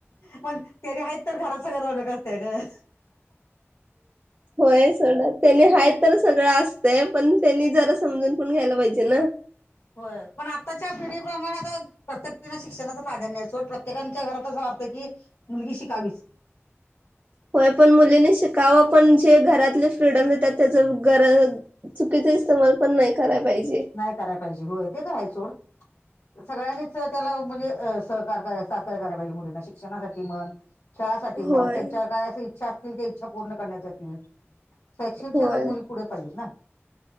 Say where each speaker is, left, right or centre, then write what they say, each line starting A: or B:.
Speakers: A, on the left; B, on the right.
A: पण त्यानी आहेत तर घरात सखल रोनक असत्या गं.
B: होय सगड त्याने हाय तर सगळं अस ते पण त्यांनी जरा समजून पण घ्यायला पाहिजे ना
A: हो पण आताच्या पिढी प्रमाण आता प्रत्येक शिक्षणाचं प्राधान्य सट प्रत्येकाच्या घरातच की मुलगी शिकावीच
B: होय पण मुलीनी शिकाव पण जे घरातले फ्रीडम देतात त्याच गर चुकीचा इस्तमाल पण नाही करायला पाहिजे
A: नाही कराय पाहिजे होय तेेत आहेय सोड सगळ्यांनीच त्याला म्हणजे सहकार सहकार्य कराय पाहिजे मुलींना शिक्षणासाठी मण खेळासाठी
B: होय
A: मग त्यांच्या काय इच्छा असतील त्या इच्छा पूर्ण करण्यासाठी शैक्षणिकच्याात
B: होय.
A: मुली पुढे पाहिजेत ना